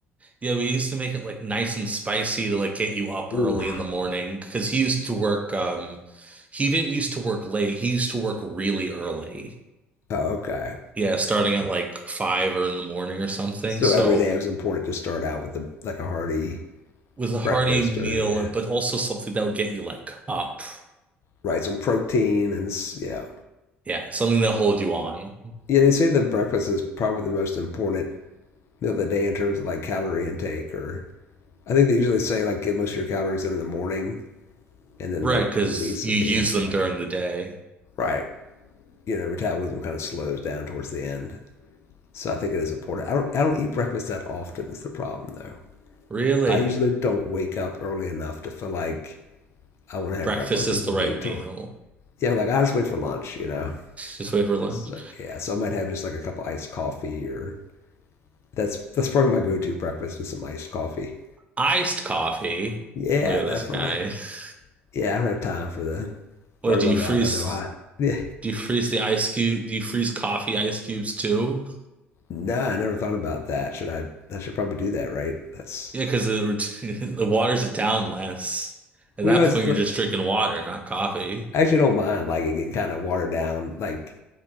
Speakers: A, on the right; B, on the left.
A: yeah, we used to make it like nice and spicy to like get you up
B: Ooh.
A: early in the morning because he used to work, um, he didn't used to work late. He used to work really early.
B: Oh, okay.
A: Yeah, starting at like five or in the morning or something.
B: So
A: So
B: every day it was important to start out with a like a hearty
A: it was a hearty
B: breakfast
A: meal,
B: or yeah,
A: but also something that would get you like up.
B: right, some protein and s- yeah.
A: Yeah, something that'll hold you on.
B: Yeah, they say the breakfast is probably the most important meal of the day in terms of like calorie intake or I think they usually say like get most of your calories in in the morning and then
A: Right,
B: the,
A: because
B: the least
A: you
B: at
A: use
B: the end.
A: them
B: Yeah.
A: during the day.
B: Right. you know, metabolism kind of slows down towards the end. So I think it is important. I don't I don't eat breakfast that often is the problem though.
A: Really,
B: I usually don't wake up early enough to feel like I want to have
A: breakfast
B: breakfast.
A: is
B: I usually
A: the right
B: wait
A: meal.
B: till yeah, like I just wait for lunch, you know.
A: Just wait for lunch.
B: So yeah, so I might have just like a cup of iced coffee or that's that's probably my go-to breakfast is some iced coffee.
A: Iced coffee.
B: Yeah,
A: Look at
B: definitely.
A: this guy. <laughs>
B: Yeah, I don't have time for the
A: What
B: front
A: do
B: of
A: you freeze?
B: my mouth. I know hot. <laughs> Yeah,
A: Do you freeze the ice cube? Do you freeze coffee ice cubes too?
B: no, I never thought about that. Should I? I should probably do that, right? That's
A: Yeah, because the <laughs> the waters it down less. At
B: well,
A: that
B: you know, it's
A: point, you're just drinking water, not coffee.
B: I actually don't mind like it getting kind of watered down. Like